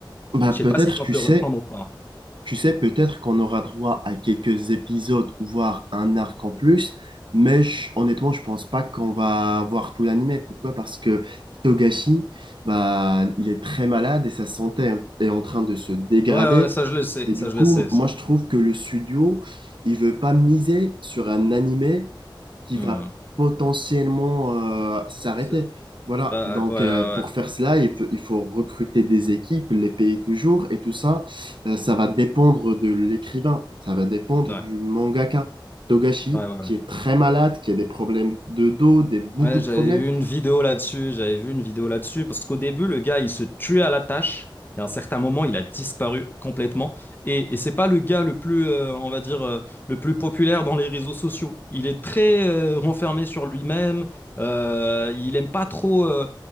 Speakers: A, on the right; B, on the left.
A: Bah
B: Je
A: peut-être,
B: sais pas si compte
A: tu
B: le
A: sais,
B: reprendre ou pas.
A: tu sais, peut-être qu'on aura droit à quelques épisodes ou voire un arc en plus, mais je- honnêtement, je pense pas qu'on va voir tout l'anime. Pourquoi? Parce que Togashi, bah, il est très malade et sa santé est en train de se dégrader.
B: Ouais, ouais, ça je le sais,
A: Et du
B: ça
A: coup,
B: je le sais, ça.
A: moi, je trouve que le studio, il veut pas miser sur un anime qui
B: Hmm.
A: va potentiellement euh, s'arrêter.
B: C'est
A: Voilà,
B: pas...
A: donc
B: Ouais, ouais,
A: euh, pour faire cela, il peut- il faut recruter des équipes, les payer toujours, et tout ça, euh, ça va dépendre de l'écrivain, ça va dépendre
B: ouais.
A: du mangaka. Togashi,
B: Ouais, ouais, ouais.
A: qui est très malade, qui a des problèmes de dos, des, beaucoup
B: Ouais,
A: de
B: j'avais
A: problèmes.
B: vu une vidéo là-dessus, j'avais vu une vidéo là-dessus, parce qu'au début, le gars, il se tuait à la tâche, et à un certain moment, il a disparu complètement. Et, et c'est pas le gars le plus, euh, on va dire, euh, le plus populaire dans les réseaux sociaux. Il est très euh, renfermé sur lui-même, euh, il aime pas trop, euh,